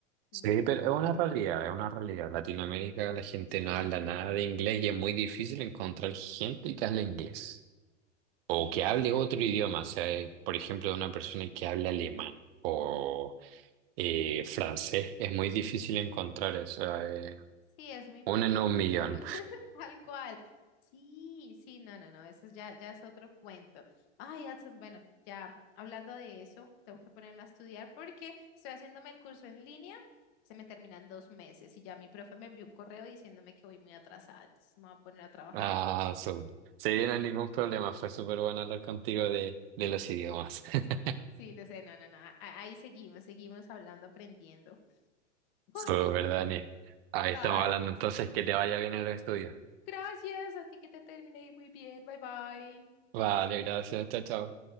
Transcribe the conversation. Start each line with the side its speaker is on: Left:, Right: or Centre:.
Right: Sí,
Left: mm.
Right: pero es una realidad, es una realidad. Latinoamérica la gente
Left: Sí,
Right: no habla nada de inglés y es muy difícil encontrar gente que hable inglés o
Left: exacto.
Right: que hable otro idioma, o sea, eh, por ejemplo, una persona que hable alemán o eh, francés, es muy difícil encontrar eso, eh,
Left: Sí, es muy poco
Right: una en un
Left: común,
Right: millón.
Left: <laughs> tal cual. Sí, sí, no, no, no, eso es ya, ya es otro cuento. Ay, Adson, bueno, ya hablando de eso, tengo que ponerme a estudiar porque estoy haciéndome el curso en línea, se me terminan dos meses y ya mi profe me envió un correo diciéndome que voy muy atrasada, entonces me voy a poner a trabajar
Right: Ah,
Left: en eso.
Right: su. Se viene ningún problema, fue súper bueno hablar contigo de, de los idiomas. <laughs>
Left: Sí, lo sé, no, no, no, a- ahí seguimos, seguimos hablando, aprendiendo.
Right: Súper,
Left: Ay,
Right: Dani.
Left: bueno,
Right: Ahí
Left: dale.
Right: estamos hablando entonces, que te vaya bien en los estudios.
Left: Gracias, a ti que te termine de ir muy bien, bye bye.
Right: Vale, gracias, chao, chao.